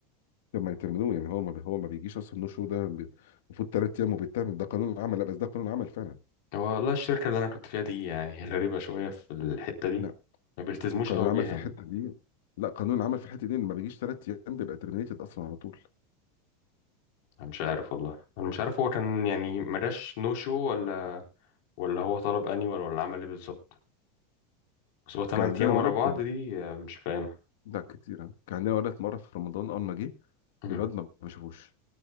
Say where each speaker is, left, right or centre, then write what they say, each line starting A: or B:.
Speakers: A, on the left; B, on the left.
A: لما يترمنوه يعني هو ما بي- هو ما بيجيش اصلا النو شو ده بي- المفروض ثلاث ايام وبيترمن ده قانون العمل لا بس ده قانون العمل فعلا
B: هو والله الشركه اللي انا كنت فيها دي يعني هي غريبه شويه في الحته دي
A: لا
B: ما بيلتزموش
A: قانون
B: قوي
A: العمل
B: بيها
A: في
B: يعني
A: الحته دي لا قانون العمل في الحته دي إن ما بيجيش ثلاث ايام بيبقى ترمينيتد اصلا على طول
B: انا مش عارف والله انا مش عارف هو كان يعني ما جاش نو شو ولا ولا هو طلب انيوال ولا عمل ايه بالظبط بس هو 8
A: كان عندنا
B: ايام
A: ولد
B: ورا بعض دي آه، مش فاهمها
A: لا كتير آه. كان عندنا ولد مره في رمضان اول ما جه
B: مم.
A: الواد ما بشوفوش